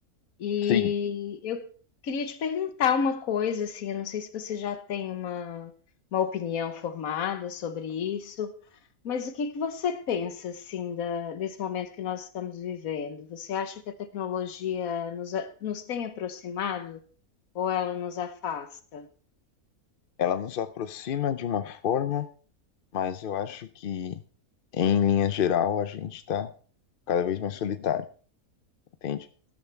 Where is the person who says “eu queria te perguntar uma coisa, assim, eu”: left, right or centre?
Left